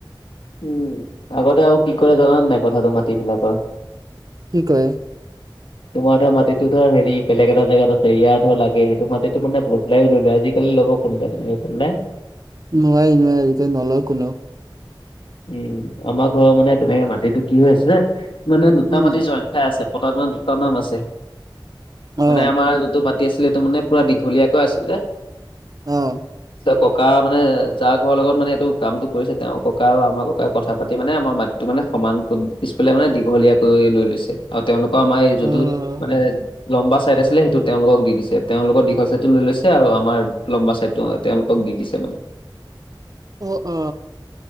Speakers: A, on the left; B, on the right.
A: উম আগতে আৰু কি কৰে জানে নাই কথাটো মাটিবিলাকৰ?
B: কি কৰে?
A: তোমাৰ ধৰ মাটিটো ধৰ হেৰি বেলেগ এটা জেগাত আছে, ইয়াৰ ধৰ লাগে সেইটো মাটিটো মানে বদলাইও লয়। আজিকালি লব কোনোবাই তেনেকে বদলাই।
B: নোৱাৰি নোৱাৰি এইটো নলয় কোনেও।
A: উম আমাৰ ঘৰৰ মানে তেনেকে মাটিটো কি হৈ আছে মানে দুটা
B: উম
A: মাটি জইন ঠাই আছে, পটাত মানে দুটা নাম আছে।
B: অ
A: মানে আমাৰ যোনটো মা টি আছিলে ত মানে পুৰা দীঘলীয়াকৈ আছিলে।
B: অ।
A: ত ককা মানে যাৰ ঘৰৰ লগত মানে এইটো কামটো কৰিছে তেওঁ ক ককা আৰু আমাৰ ককাই কথা পাতি মানে আমাৰ মাটিটো মানে সমান পিছফালে মানে দীঘলীয়া কৰি লৈ লৈছে। আৰু তেওঁলোকৰ আমাৰ এই যতটো
B: উম,
A: মানে লম্বা ছাইদ আছিলে সেইটো তেওঁলোকক দি দিছে, তেওঁলোকৰ দীঘল চাইডটো লৈ লৈছে আৰু আমাৰ লম্বা চাইদ টো তেওঁলোকক দি দিছে মানে।
B: অ অ